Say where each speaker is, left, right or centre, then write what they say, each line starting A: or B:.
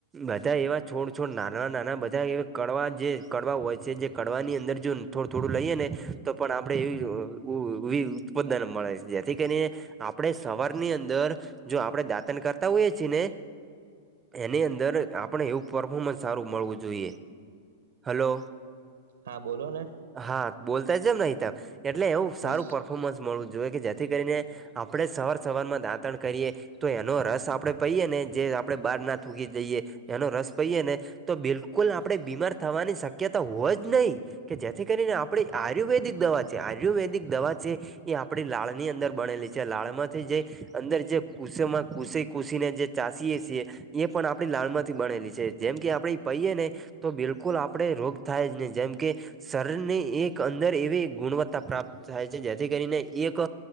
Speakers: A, on the right; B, on the right.
A: બધા એવા છોડ છોડ નાના નાના બધા એવા કડવા જે કડવા હોય છે જે કડવા ની અંદર જો થોડું થોડું લઈએ ને તો પણ આપણે એવી ઉ ઉ ઉઈ ઉત્પાદન મળે જેથી કરીને આપડે સવાર ની અંદર જો આપડે દાંતન કરતા હોઈએ છીએ ને એની અંદર આપણે એવું પરફોમન્સ સારું મળવું જોઈએ હલો.
B: હા બોલો ને.
A: હા બોલતા જેમ નહીં તા એટલે એવું સારું
B: હું
A: પર્ફોર્મન્સ મળવું જોઈએ કે જેથી કરીને આપડે સવાર સવારમાં દાંતણ કરીએ તો એનો રસ આપડે પહીએ ને જે આપડે બહાર ના થૂકી દઈએ એનો રસ પઈએ ને તો બિલકુલ આપણેે બીમાર થવાની શક્યતા હોય જ નહીં. કે જેથી કરીને આપણેે આયુર્વેદિક દવા છે આયુર્વેદિક દવા જે એ આપડી લાળ ની અંદર બનેલી છે લાળ માંથી જે અંદર જે કુસેમાં કુસે કુસી ને જે ચાશીએ છીએ એ પણ આપણી લાળમાંથી બનેલી છે જેમ કે આપણેે એ પહીએ ને તો બિલકુલ આપડણે રોગ થાય જ ને જેમ કે શરીરની એક અંદર એવી ગુણવત્તા પ્રાપ્ત થાય છે જેથી કરીને એક